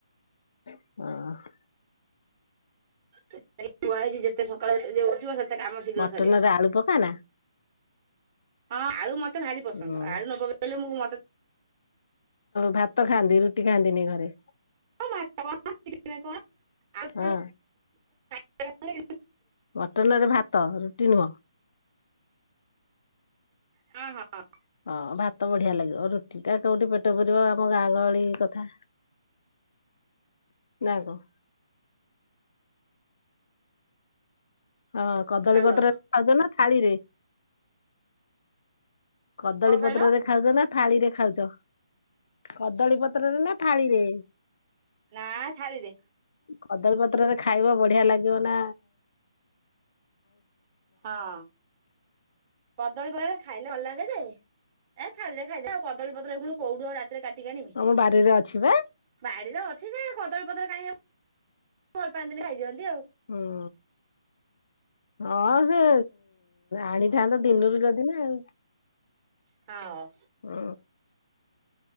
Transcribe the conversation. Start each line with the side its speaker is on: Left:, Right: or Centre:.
Left: ହଁ।
Right: ସେ <inaudible> ଯେତେ ସକାଳେ ଯ ଉଠିବ ସେ ସେତେ କାମ ଶୀଘ୍ର
Left: ମଟନରେ
Right: ସରିବ।
Left: ଆଳୁ ପକାନା
Right: ହଁ ଆଳୁ ମତେ ଭାରି ପସନ୍ଦ
Left: ହୁଁ
Right: ଆଳୁ ନପକେଇଲେ ମୁଁ ମତେ
Left: ଭାତ ଖାଆନ୍ତି ରୁଟି ଖାଆନ୍ତିନି ଘରେ?
Right: <inaudible>
Left: ହଁ
Right: <inaudible>
Left: ମଟନରେ ଭାତ ରୁଟି ନୁହଁ।
Right: ହଁ ହଁଁ।
Left: ହଁ ଭାତ ବଢିଆ ଲାଗିବ ରୁଟିଟା କୋଉଠି ପେଟ ପୁରିବ ଆମ ଗାଁ ଗହଳି କଥା। ନା କଣ? ହଁ କଦଳୀ
Right: ହ୍ୟାଲୋ।
Left: ପତ୍ରରେ ଖାଉଛ ନା ଥାଳିରେ? କଦଳୀ
Right: କଣ କହିଲ?
Left: ପତ୍ର ରେ ଖାଉଛ ନା ଥାଳିରେ ଖାଉଛ କଦଳୀ ପ ପତ୍ରରେ ନା ଥାଳିରେ?
Right: ନା ଥାଳିରେ।
Left: କଦଳୀ ପତ୍ରରେ ଖାଇବ ବଢିଆ ଲାଗିବ ନା
Right: ହଁ କଦଳୀ ପତ୍ରରେ ଖାଇଲେ ଭଲ ଲାଗେ ଯେ ଏ ଥାଳି ଖାଇଦେ ଖାଇଦେ ଆଉ କଦଳୀ ପତ୍ର ଏ କୋଉଠୁ ଆଉ ରାତିରେ କାଟିକି ଆଣିବି।
Left: ତମ ବାରିରେ ଅଛି ବା
Right: ବାଡିରେ ଅଛି ଯେ କଦଳୀ ପତ୍ର କାହିଁକି ଭଲ ପାଆନ୍ତିନି ଖାଇଦିଅନ୍ତି ଆଉ
Left: ହୁଁ ହଁ ସେ ଆଣିଥାନ୍ତା ଦିନରୁ ଯ ନା ଆଉ
Right: ହଁ।
Left: ହୁଁ।